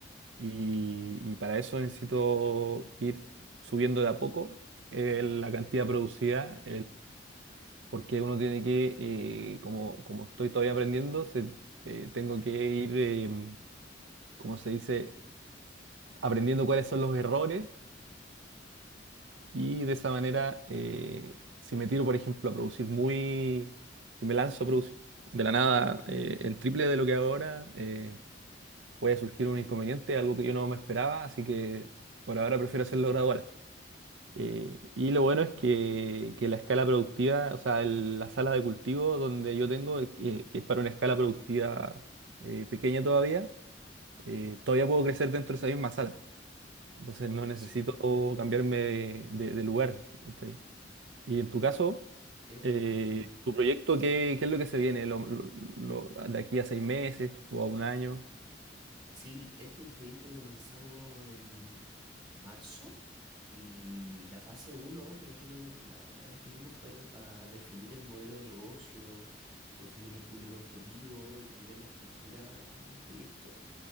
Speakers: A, on the right (about 80°); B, on the right (about 30°).
A: Y, y para eso necesito ir subiendo de a poco eh, la cantidad producida, porque uno tiene que, eh, como, como estoy todavía aprendiendo, se- eh, tengo que ir, em, como se dice, aprendiendo cuáles son los errores y de esa manera, eh, si me tiro, por ejemplo, a producir muy, si me lanzo a producir de la nada eh, el triple de lo que hago ahora, eh, puede surgir un inconveniente, algo que yo no me esperaba, así que por ahora prefiero hacerlo gradual. Eh, y lo bueno es que, que la escala productiva, o sea, el- la sala de cultivo donde yo tengo, eh, que que es para una escala productiva eh, pequeña todavía, eh, todavía puedo crecer dentro de esa misma sala. Entonces
B: Ah, buenísimo.
A: no necesito cambiarme de, de- de lugar. ¿cachai? Y en tu caso,
B: En-
A: eh, ¿tu proyecto qué, qué es lo que se viene lo- lo- lo- de aquí a seis meses o a un año?
B: Sí, este es un proyecto que comenzamos en marzo y la fase uno que nosotros la, la definimos fue para definir el modelo de negocio, definir el público objetivo y también la estructura del proyecto.